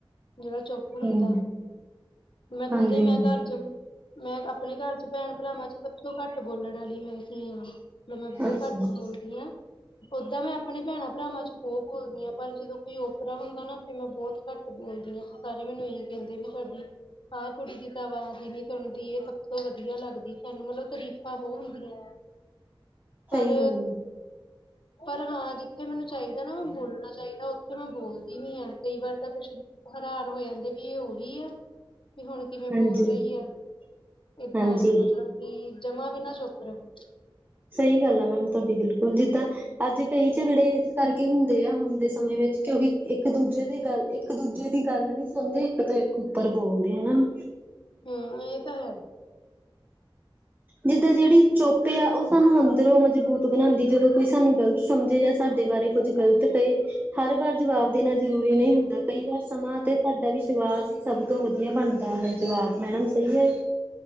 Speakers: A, on the left; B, on the right.
A: ਜਿਹੜਾ ਚੁਪ
B: ਹੂੰ
A: ਹੁੰਦਾ। ਮੈਂ
B: ਹਾਂਜੀ
A: ਖੁਦ ਹੀ ਮੈਂ
B: ਹਾਂ
A: ਘਰ ਚ ਮੈਂ ਆਪਣੇ ਘਰ ਚ ਭੈਣ ਭਰਾਵਾਂ ਚ ਸਭ ਤੋਂ ਘੱਟ ਬੋਲਣ ਵਾਲੀ ਮੈਂ ਹੀ ਆ ਵੀ ਮੈਂ ਬਹੁਤ
B: ਅੱਛਾ
A: ਘੱਟ ਬੋਲਦੀ ਹਾਂ। ਓਦਾਂ ਮੈਂ ਆਪਣੇ ਭੈਣਾਂ ਭਰਾਵਾਂ ਚ ਬਹੁਤ ਬੋਲਦੀ ਹਾਂ। ਪਰ ਜਦੋਂ ਕੋਈ ਓਪਰਾ ਹੁੰਦਾ ਨਾ ਫਿਰ ਮੈਂ ਬਹੁਤ ਘੱਟ ਬੋਲਦੀ ਆ। ਤੇ ਸਾਰੇ ਮੈਨੂੰ ਇਹੀ ਕਹਿੰਦੇ ਵੀ ਤੁਹਾਡੀ ਹਾਂ ਕੁੜੀ ਦੀ ਤਾਂ ਆਵਾਜ਼ ਹੀ ਨਹੀਂ ਸੁਣਦੀ ਇਹ ਸਭ ਤੋਂ ਵਧੀਆ ਲੱਗਦੀ ਸਾਨੂੰ ਮਤਲਬ ਤਰੀਫ ਬਹੁਤ ਹੁੰਦੀਆਂ ਆ।
B: ਸਹੀ
A: ਪਰ,
B: ਗੱਲ ਹੈ।
A: ਪਰ ਹਾਂ ਜਿੱਥੇ ਮੈਨੂੰ ਚਾਹੀਦਾ ਨਾ ਮੈਂ ਬੋਲਣਾ ਚਾਹੀਦਾ ਉੱਥੇ ਮੈਂ ਬੋਲਦੀ ਵੀ ਹਾਂ ਕਈ ਵਾਰ ਤਾਂ ਕੁਝ ਹੈਰਾਨ ਹੋ ਜਾਂਦੇ। ਇਹ ਉਹੀ ਆ ਵੀ ਹੁਣ ਕਿਵੇਂ ਬੋਲ
B: ਹਾਂਜੀ
A: ਰਹੀ ਆ ਏਦਾਂ
B: ਹਾਂਜੀ
A: ਆ ਮਤਲਬ ਕਿ ਜਮਾ ਵੀ ਨਾ ਚੁੱਪ ਰਹੋ।
B: ਸਹੀ ਗੱਲ ਆ ਮੈਮ ਤੁਹਾਡੀ ਬਿਲਕੁਲ ਜਿੱਦਾਂ ਅੱਜ ਕਈ ਝਗੜੇ ਇਸ ਕਰਕੇ ਹੁੰਦੇ ਆ ਹੁਣ ਦੇ ਸਮੇਂ ਵਿੱਚ ਕਿਉਂਕਿ ਇੱਕ ਦੂਜੇ ਦੀ ਗੱਲ ਕਰਕੇ ਇੱਕ ਦੂਜੇ ਦੀ ਗੱਲ ਨੀ ਸੁਣਦੇ ਇੱਕ ਤੋਂ ਇੱਕ ਉੱਪਰ ਬੋਲਦੇ ਹਨਾ।
A: ਹੂੰ ਇਹ ਤਾਂ ਹੈ।
B: ਜਿੱਦਾਂ ਜਿਹੜੀ ਚੁੱਪ ਆ ਉਹ ਸਾਨੂੰ ਅੰਦਰੋਂ ਮਜ਼ਬੂਤ ਬਣਾਉਂਦੀ ਜਦੋਂ ਕੋਈ ਸਾਨੂੰ ਗ਼ਲਤ ਸਮਝੇ ਜਾਂ ਸਾਡੇ ਬਾਰੇ ਕੁੱਝ ਗ਼ਲਤ ਕਹੇ ਹਰ ਵਾਰ ਜਵਾਬ ਦੇਣਾ ਜ਼ਰੂਰੀ ਨਹੀਂ ਹੁੰਦਾ ਕਈ ਵਾਰ ਸਮਾਂ ਤੇ ਵਿਸ਼ਵਾਸ ਹੀ ਸਭ ਤੋਂ ਵਧੀਆ ਬਣਦਾ ਹੈ ਜਵਾਬ ਮੈਡਮ ਸਹੀ ਹੈ।